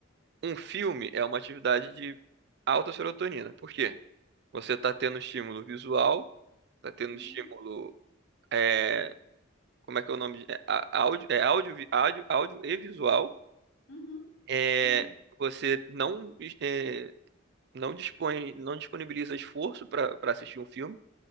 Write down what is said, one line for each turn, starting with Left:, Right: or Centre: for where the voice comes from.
Right: Um filme é uma atividade de alta serotonina. Por quê? Você está tendo estímulo visual, está tendo
Left: Uhum,
Right: estímulo. é, como é que é o nome? É, á- áudio, é áudio, vi- áudio, áudio e visual.
Left: uhum,
Right: É,
Left: sim.
Right: você não, é, não dispõe, não disponibiliza esforço para para assistir um filme.